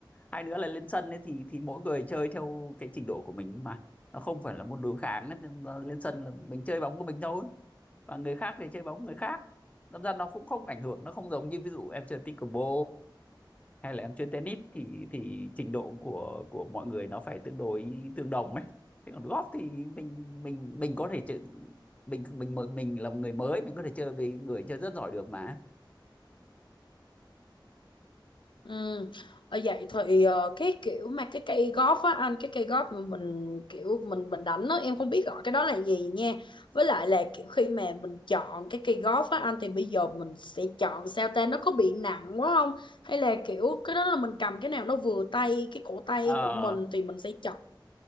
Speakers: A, on the left; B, on the left.
A: hai nữa là lên sân ấy thì thì mỗi người chơi theo cái trình độ của mình mà nó không phải là môn đối kháng ấy. Nên là lên sân là mình chơi bóng của mình thôi và người khác thì chơi bóng người khác đâm ra nó cũng không ảnh hưởng nó không giống như ví dụ em chơi pickleball hay là em chơi tennis thì thì trình độ của của mọi người nó phải tương đối tương đồng ấy thế còn golf thì mình mình mình có thể chơi mình mình mình là một người mới mình có thể chơi với người chơi rất giỏi được mà
B: Ừ. Ở vậy thì ờ, cái kiểu mà cái cây golf á anh cái cây golf mà mình kiểu mình mình đánh á em không biết gọi cái đó là gì nha với lại là kiểu khi mà mình chọn cái cây golf á anh thì bây giờ mình sẽ chọn sao ta nó có bị nặng quá không hay là kiểu cái đó là mình cầm cái nào nó vừa tay cái cổ tay
A: Ờ,
B: của mình thì mình sẽ chọn